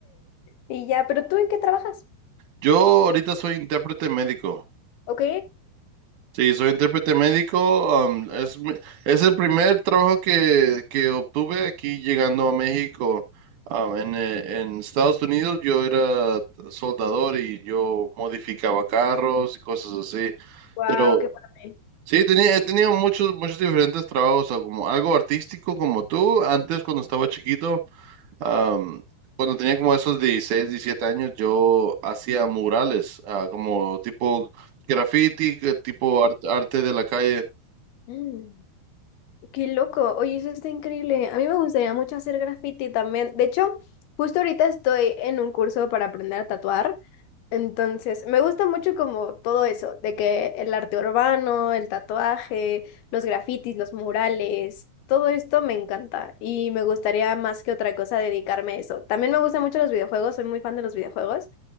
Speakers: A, on the left; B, on the right.
A: Y ya, pero ¿tú en qué trabajas?
B: Yo ahorita soy intérprete médico.
A: Ok,
B: Sí, soy intérprete médico. am, es, mi- es el primer trabajo que, que obtuve aquí llegando a México. Am, en, eh, en Estados Unidos yo era soldador y yo modificaba carros y cosas así.
A: wow,
B: Pero
A: qué padre.
B: Sí, tenía- he tenido muchos, muchos diferentes trabajos, o como algo artístico como tú. Antes, cuando estaba chiquito, am, cuando tenía como esos 16, 17 años, yo hacía murales, ah, como tipo graffiti, que tipo ar- arte de la calle.
A: Wow. Qué loco, oye, eso está increíble. A mí me gustaría mucho hacer graffiti también. De hecho, justo ahorita estoy en un curso para aprender a tatuar. Entonces, me gusta mucho como todo eso, de que el arte urbano, el tatuaje, los grafitis, los murales, todo esto me encanta y me gustaría más que otra cosa dedicarme a eso. También me gustan mucho los videojuegos, soy muy fan de los videojuegos